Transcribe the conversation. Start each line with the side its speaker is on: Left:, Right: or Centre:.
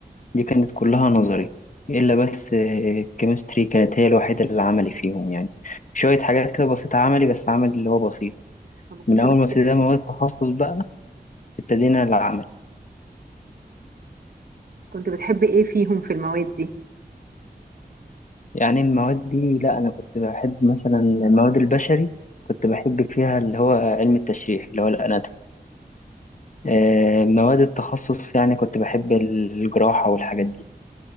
Left: دي كانت كلها نظري إلا بس الكيمستري كانت هي الوحيدة اللي عملي فيهم يعني شوية حاجات كده بسيطة عملي بس عمل اللي هو بسيط
Right: طب كنت
Left: من أول
Right: بتحب
Left: ما ابتدينا مواد تخصص بقى ابتدينا العمل
Right: كنت بتحب ايه فيهم في المواد دي
Left: يعني المواد دي لأ أنا كنت بحب مثلا المواد البشري كنت بحب فيها اللي هو علم التشريح اللي هو الأناتومي آه، مواد التخصص يعني كنت بحب الجراحة والحاجات دي